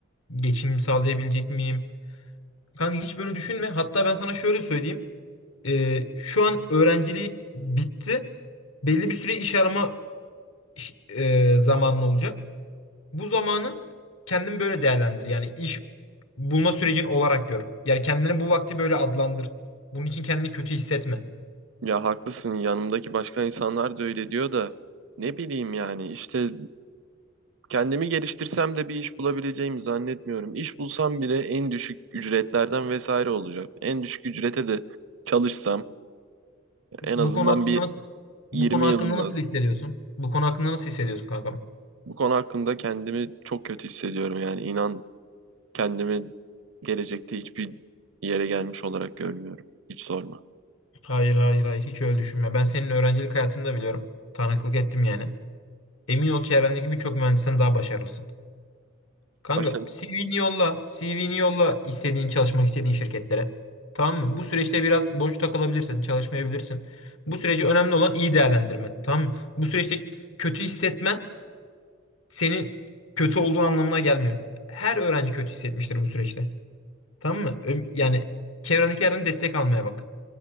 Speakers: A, on the left; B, on the right.
A: geçim sağlayabilecek miyim? Kanka hiç böyle düşünme. Hatta ben sana şöyle söyleyeyim. Ee, şu an öğrencilik bitti. Belli bir süre iş arama iş- e, zamanlı olacak. Bu zamanı kendin böyle değerlendir. Yani iş bulma sürecin olarak gör. Yani kendine bu vakti böyle adlandır. Bunun için kendini kötü hissetme.
B: Ya haklısın yanımdaki başka insanlar da öyle diyor da ne bileyim yani işte kendimi geliştirsem de bir iş bulabileceğimi zannetmiyorum. İş bulsam bile en düşük ücretlerden vesaire olacak. En düşük ücrete de çalışsam
A: Bu
B: en azından
A: konu hakkında
B: bir
A: nasıl bu
B: 20
A: konu hakkında
B: yılım lazım.
A: nasıl hissediyorsun? Bu konu hakkında nasıl hissediyorsun kankam?
B: Bu konu hakkında kendimi çok kötü hissediyorum yani inan kendimi gelecekte hiçbir yere gelmiş olarak görmüyorum. Hiç sorma.
A: Hayır hayır hayır hiç öyle düşünme. Ben senin öğrencilik hayatını da biliyorum. Tanıklık ettim yani. Emin ol çevrendeki birçok mühendisten daha başarılısın. Kanka
B: Başka
A: CV'ni yolla. CV'ni yolla istediğin çalışmak istediğin şirketlere. Tamam mı? Bu süreçte biraz boş takılabilirsin. Çalışmayabilirsin. Bu süreci önemli olan iyi değerlendirmen. Tamam mı? Bu süreçte kötü hissetmen senin kötü olduğun anlamına gelmiyor. Her öğrenci kötü hissetmiştir bu süreçte. Tamam mı? Ö- Yani çevrendekilerden destek almaya bak.